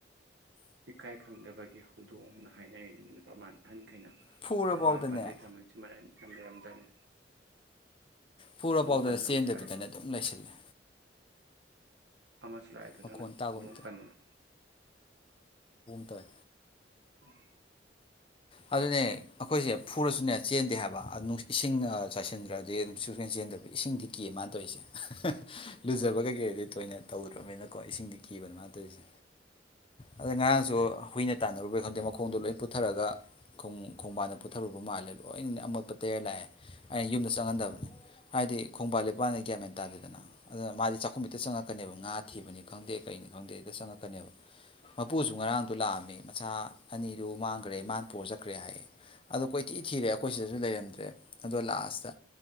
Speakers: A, on the right; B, on the left.
A: ꯏꯀꯥꯏ ꯈꯪꯗꯕꯒꯤ ꯍꯧꯗꯣꯡꯅ ꯍꯥꯏꯅꯔꯤ ꯅꯨꯃꯤꯠ ꯃꯥꯟ ꯍꯥꯏꯅꯤ ꯑꯩꯈꯅ
B: ꯐꯨꯔꯐꯥꯎꯗꯅꯦ
A: ꯄꯃꯥꯟ ꯄꯥꯊꯩ ꯊꯝꯁꯤꯦ ꯃꯔꯗꯔꯝꯖꯅ
B: ꯐꯨꯔ ꯐꯥꯎꯗ
A: ꯄꯟꯗꯅ
B: ꯆꯦꯟꯗꯕꯤꯗꯅꯦ
A: ꯑꯃꯁꯨ ꯂꯥꯛꯑꯦ
B: ꯑꯗꯨꯝ ꯂꯩꯁꯤꯜꯂꯦ
A: ꯑꯃꯁꯨ ꯂꯥꯛꯑꯦ ꯑꯗꯨ
B: ꯃꯈꯣꯟ
A: ꯅꯪꯅ
B: ꯇꯥꯕꯒꯨꯝ
A: ꯍꯧꯗꯣꯡ ꯄꯟꯗꯅ
B: ꯇꯧꯋꯦ
A: <inaudible>
B: ꯑꯗꯨꯅꯦ ꯑꯩꯈꯣꯏꯖꯦ ꯐꯨꯔꯁꯨꯅꯦ ꯆꯦꯟꯗꯦ ꯍꯥꯏꯕ ꯏꯁꯤꯡꯅ ꯆꯥꯏꯁꯤꯟꯗ꯭ꯔꯗꯤ ꯑꯗꯨꯝ ꯁꯨꯡꯆꯦꯟ ꯆꯦꯟꯗꯕ ꯏꯁꯤꯡꯗꯤ ꯀꯤꯌꯦ ꯃꯥꯟ ꯇꯧꯢꯁꯦ ꯂꯨꯖꯕ ꯀꯩꯀꯩꯗꯤ ꯇꯣꯢꯅ ꯇꯧꯗ꯭ꯔꯝꯃꯤꯅꯀꯣ ꯏꯁꯤꯡꯗꯤ ꯀꯤꯕꯅꯦ ꯃꯥ ꯇꯧꯢꯖꯦ ꯑꯗ ꯉꯔꯥꯡꯁꯨ
A: ꯑꯗꯨꯏ
B: ꯍꯨꯏꯅ ꯇꯥꯟꯅꯔꯨꯕ ꯈꯪꯗꯦ ꯃꯈꯣꯡꯗꯣ ꯂꯣꯏ ꯄꯨꯠꯊꯔꯒ ꯈꯣꯡ ꯈꯣꯡꯕꯥꯟꯗ ꯄꯨꯠꯊꯔꯨꯕ ꯃꯥꯜꯂꯦ ꯂꯣꯏꯅꯅꯦ ꯑꯃꯣꯠꯄ ꯇꯩꯔ ꯂꯥꯛꯑꯦ ꯑꯩꯅ ꯌꯨꯝꯗ ꯆꯪꯍꯟꯗꯕꯅꯤ ꯍꯥꯏꯗꯤ ꯈꯣꯡꯕꯥꯟ ꯂꯩꯄꯜꯗꯤ ꯒ꯭ꯌꯥꯟ ꯃꯦꯟ ꯇꯥꯗꯦꯗꯅ ꯑꯗꯨꯅ ꯃꯥꯗꯤ ꯆꯥꯛꯈꯨꯝ ꯍꯦꯛꯇ ꯆꯪꯉꯛ ꯉꯛꯀꯅꯦꯕ ꯉꯥ ꯊꯤꯕꯅꯤ ꯈꯪꯗꯦ ꯀꯩꯅꯦ ꯈꯪꯗꯦ ꯆꯉꯛꯀꯅꯦꯕ <inaudible> ꯃꯄꯨꯖꯨ ꯉꯔꯥꯡꯗꯣ ꯂꯥꯛꯑꯝꯃꯦ ꯃꯆꯥ ꯑꯅꯤꯗꯨ ꯃꯥꯡꯒ꯭ꯔꯦ ꯃꯥꯅ ꯄꯨꯔ ꯆꯠꯈ꯭ꯔꯦ ꯍꯥꯏꯌꯦ ꯑꯗꯣ ꯀꯣꯏꯊꯤ ꯊꯤꯔꯦ ꯑꯩꯈꯣꯏ ꯁꯤꯗꯁꯨ ꯂꯩꯔꯝꯗ꯭ꯔꯦ ꯑꯗꯣ ꯂꯥꯁꯇ